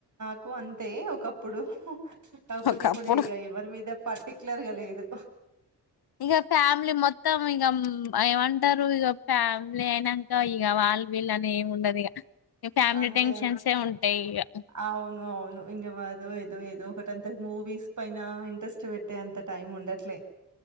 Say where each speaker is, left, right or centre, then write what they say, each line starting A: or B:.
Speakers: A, on the right; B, on the left.
A: తక్కువ అంతే ఒకప్పుడు చౌపతి
B: ఒకప్పుడు.
A: పడ ఇగా ఎ మరి మీద పర్టిక్యులర్గా లేదు
B: ఇగ ఫ్యామిలీ మొత్తం ఇక ఏమంటారు ఇక ఫ్యామిలీ అయినాక ఇక వాళ్ళు వీళ్ళు అని ఏమి ఉండదు ఇక ఫ్యామిలీ
A: అంతే
B: టెన్షన్సే ఉంటాయిక
A: అవును అవును ఇంగ మాదో ఏదో ఒకటంత మూవీస్ పైన ఇంట్రెస్ట్ పెట్టే అంత టైం ఉండట్లే